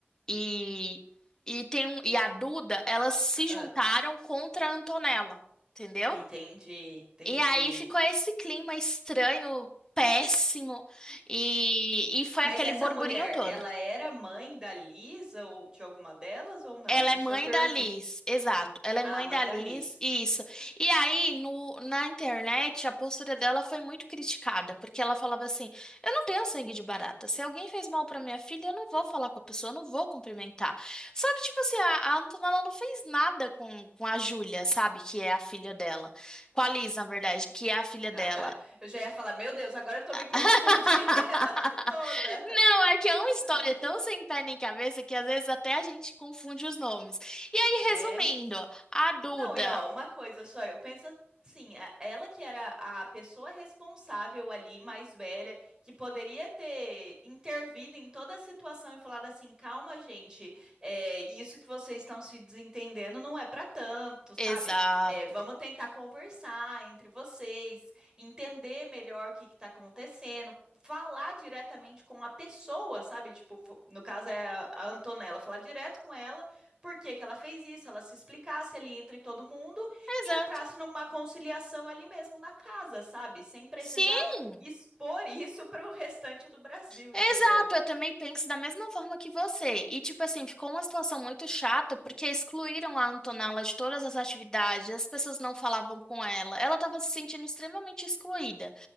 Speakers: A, on the left; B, on the right.
A: e, e, tem um- e a Duda, elas se
B: Ah,
A: juntaram contra a Antonella, entendeu?
B: entendi, entendi.
A: E aí ficou esse clima estranho, péssimo, e, e foi
B: Mas
A: aquele
B: essa
A: borburinho
B: mulher,
A: todo.
B: ela era mãe da Lisa ou de alguma delas ou não?
A: Ela
B: Isso
A: é mãe
B: eu perdi.
A: da Liz, exato. Ela é
B: Ah,
A: mãe
B: mãe
A: da
B: da
A: Liz,
B: Liz.
A: isso. E aí, no, na internet, a postura dela foi muito criticada, porque ela falava assim: Eu não tenho sangue de barata. Se alguém fez mal pra minha filha, eu não vou falar com a pessoa, eu não vou cumprimentar. Só que, tipo assim, a, a Antonella não fez nada com, com a Júlia, sabe? Que é a filha dela. Com a Liz, na verdade, que é a filha dela.
B: Ah, tá. Eu já ia falar, meu Deus, agora eu tô me <laughs> confundindo
A: <laughs>
B: toda.
A: Não, é que é uma história
B: É.
A: tão sem pé nem cabeça que às vezes até a gente confunde os nomes. E aí,
B: Né?
A: resumindo, a Duda.
B: Não, e ó, uma coisa só, eu penso assim, a- ela que era a pessoa responsável ali, mais velha, que poderia ter intervido em toda a situação e falado assim, calma, gente, é, isso que vocês estão se desentendendo não é pra tanto, sabe?
A: Exato,
B: É, vamos tentar conversar entre vocês, entender melhor o que que tá acontecendo, falar diretamente com a pessoa, sabe? Tipo, fo- no caso é a a Antonella, falar direto com ela por que que ela fez isso, ela se explicasse ali entre todo mundo
A: exato.
B: e entrasse numa conciliação ali mesmo na casa, sabe? Sem precisar
A: Sim.
B: expor isso para o restante do Brasil,
A: Exato,
B: entendeu?
A: eu também penso da mesma forma que você. E, tipo assim, ficou uma situação muito chata porque excluíram a Antonella de todas as atividades, as pessoas não falavam com ela, ela estava se sentindo extremamente excluída.